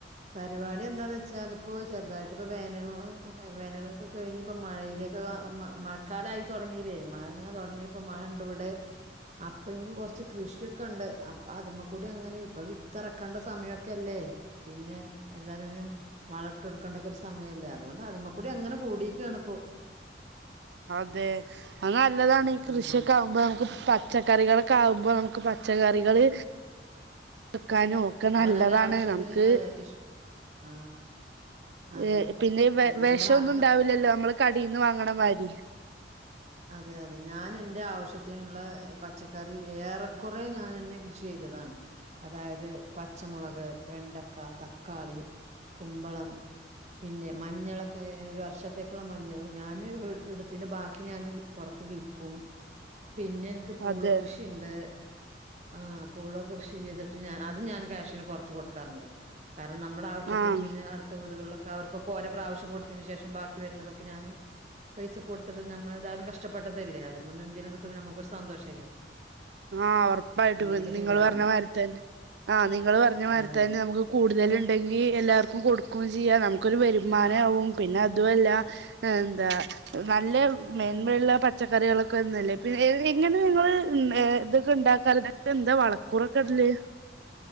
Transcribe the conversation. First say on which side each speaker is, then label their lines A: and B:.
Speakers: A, on the right; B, on the right.
A: പരുപാടി എന്താന്നെച്ചാല് പ്പോ ചെർതായിട്ട് പ്പൊ വേനലും വേനലൊക്കെ കയ്ഞ്പ്പ മഴയിലേക്കക മ മഴക്കാലായി തൊട്ങ്ങിലെ മഴങ്ങനെ തൊട്ങ്ങ്യയപ്പം മഴണ്ട് ബടെ അപ്പൻക്ക്‌ കൊർച്ച് കൃഷിയൊക്കണ്ട് അപ്പം അത്മ്മക്കൂട്യങ്ങനെ ഇപ്പവിത്തറക്കണ്ട സമായൊക്കല്ലേ പിന്നെ എല്ലാര് രും വളട്ടൊട്ക്കണ്ടക്കൊരു സമയല്ലേ അതുകൊണ്ട് അതിമേക്കൂടി അങ്ങനെ കൂടിക്കാണ് പ്പോ
B: അതെ അത് നല്ലതാണ് ഈ കൃഷിയൊക്കെ
A: ഉം
B: ആകുമ്പോ നമുക്ക് പ ച്ചക്കറികളൊക്കെ ആകുമ്പോ നമുക്ക് പച്ചക്കറികള് വെക്കാനും ഒക്കെ നല്ലതാണ്
A: അവനവന് ആവശ്യത്തിന്
B: നമുക്ക്
A: അതെ ഇഷ് ആ അതെ
B: ഏ പിന്നെ ഈ വെ
A: ഏ,
B: വെഷോന്നും
A: നമ്മുടെ
B: ഉണ്ടാവില്ലല്ലോ
A: ന-
B: നമ്മള് കടേന്ന് വാങ്ങണ മാരി.
A: അതെ അതെ ഞാൻ എന്റെ ആവശ്യത്തിനുള്ള പച്ചക്കറി ഏറെക്കുറെ ഞാൻെന്നെ കൃഷി ചെയ്തതാണ്, അതായത് പച്ചമുളക്, വെണ്ടക്ക, തക്കാളി, കുമ്പളം പിന്നെ മഞ്ഞളൊക്കെ ഒരു വർഷത്തേക്കുള്ള മഞ്ഞൾ ഞാൻ എടുത്തിന്റെ ബാ ക്കി ഞാന് പൊറത്ത് വിൽക്കും. പിന്നെ എനിക്ക് പൂള
B: അതെ
A: കൃഷിയിണ്ട്. ആ പൂള കൃഷി ചെയ്തിട്ട് ഞാൻ അതും ഞാൻ കാഷിന് പുറത്ത് കൊടുക്കാറുണ്ട്. കാരണം നമ്മളാവശ്യത്തിനും
B: ആഹ്
A: പിന്നെ അട്ത്ത വീട്കള്ളോ കവർകൊക്കോ ഓരൊ പ്രാവശ്യം കൊടുത്തേന് ശേഷം ബാക്കി വര്നതൊക്കെ ഞാന് പൈസക്ക് കൊടുത്തത് ൾ നമ്മളേതായാലും കഷ്ടപ്പെട്ടതല്ലേ അതില് നിന്ന് എന്തേലും കിട്ട്മ്പോ നമ്മക്കൊര് സന്തോഷല്ലേ
B: ആഹ് ഒറപ്പായിട്ടും
A: അങ്ങനെയൊക്കെ
B: വെൻ നിങ്ങള്
A: ചെയ്യാറുണ്ട്
B: പറ്ഞ്ഞമാരി തന്നെ ആഹ് നിങ്ങള് പറ്ഞ്ഞമാരി
A: അതെ
B: തന്നെ നമുക്ക് കൂടുതല് ഇ ണ്ടെങ്കി എല്ലാർക്കും കൊടുക്കും ചെയ്യാ നമുക്കൊര് വരുമാനാവും പിന്നെ അതുവല്ലാ എന്താ നല്ല മേന്മയുള്ള പച്ചക്കറികളൊക്കെ ഒന്നല്ലേ പിന്നെ ഏഹ് എങ്ങനെ ഇങ്ങള് ഉം ഏഹ് ഇതൊക്കെ ഇണ്ടാക്കാല് പിന്നെ തിലെന്താ വളക്കൂറൊക്കെ ഇട്ല്